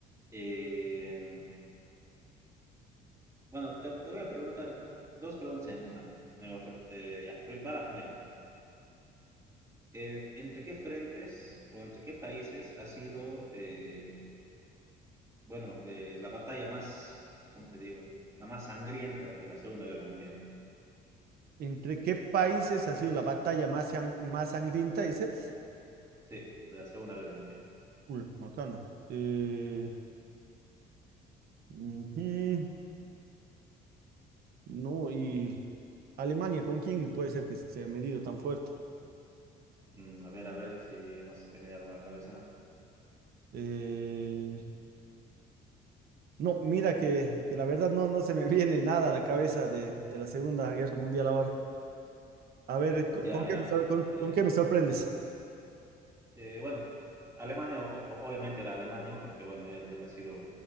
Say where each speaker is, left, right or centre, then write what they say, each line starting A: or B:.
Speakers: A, on the right; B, on the right.
A: Eh, bueno, te, te voy a preguntar dos preguntas en una. Me vas a- eh, ya, pri- va la primera. Eh, ¿entre qué frentes o entre qué países ha sido, eh, bueno, eh, la batalla más, ¿cómo te digo? La más sangrienta de la Segunda Guerra Mundial.
B: ¿Entre qué países ha sido la batalla más, sang- más sangrienta, dices?
A: Sí, de la Segunda Guerra Mundial.
B: Uy, macana. Eh, ujú, No, y Alemania, ¿con quién puede ser que se ha medido tan fuerte?
A: Mm, a ver, a ver si no se te viene algo a la cabeza.
B: Eh, no, mira que, que la verdad no, no se me <laughs> viene nada a la cabeza de, de la Segunda Guerra Mundial ahora. A ver, ¿con,
A: Ya,
B: con
A: mira,
B: qué me sor- con-
A: eh,
B: con qué me sorprendes?
A: Eh, bueno, Alemania, o- o- obviamente era Alemania, porque bueno, él, él ha sido